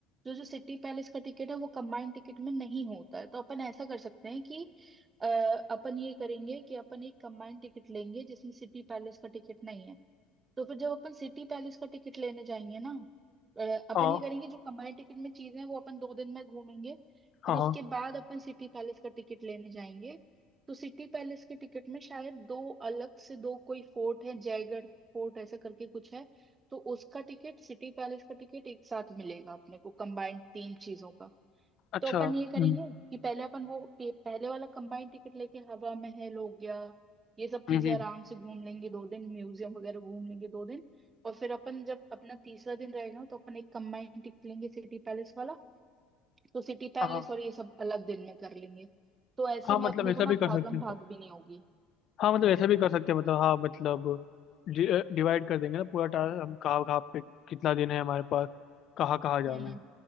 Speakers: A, on the right (about 20°); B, on the left (about 40°).
A: जो जो सिटी पैलेस का टिकट है वो कंबाइंड टिकट में नहीं होता है तो अपन ऐसा कर सकते हैं कि अ, अपन ये करेंगे कि अपन एक कंबाइंड टिकट लेंगे जिसमें सिटी पैलेस का टिकट नहीं है तो फिर जब अपन सिटी पैलेस का टिकट लेने जाएंगे ना अ, अपन
B: हाँ
A: ये करेंगे जो कंबाइंड टिकट में चीजें हैं वो अपन दो दिन में घूमेंगे फिर
B: हाँ हाँ
A: उसके बाद अपन सिटी पैलेस का टिकट लेने जाएंगे तो सिटी पैलेस के टिकट में शायद दो अलग से दो कोई फोर्ट है जयगढ़ फोर्ट ऐसा करके कुछ है तो उसका टिकट सिटी पैलेस का टिकट एक साथ मिलेगा अपने को कंबाइंड तीन चीजों का
B: अच्छा
A: तो अपन
B: हम्म
A: ये करेंगे कि पहले अपन वो पे- पहले वाला कंबाइंड टिकट लेके हवा महल हो गया ये सब चीजें
B: हम्म हम्म।
A: आराम से घूम लेंगे दो दिन म्यूजियम वगैरह घूम लेंगे दो दिन और फिर अपन जब अपना तीसरा दिन रहेगा तो अपन एक कंबाइंड टिकट लेंगे सिटी पैलेस वाला तो सिटी पैलेस
B: हाँ हाँ
A: और ये सब अलग दिन में कर लेंगे तो ऐसे
B: हाँ
A: में
B: मतलब
A: अपने
B: ऐसा
A: को ना
B: भी कर
A: भागम
B: सकते हैं
A: भाग भी नहीं होगी
B: हाँ मतलब ऐसा भी कर सकते हैं मतलब हाँ मतलब डिवाइड कर देंगे ना पूरा टास्क हम कहाँ कहाँ पे कितना दिन है हमारे पास कहाँ कहाँ जाना
A: हम्म
B: है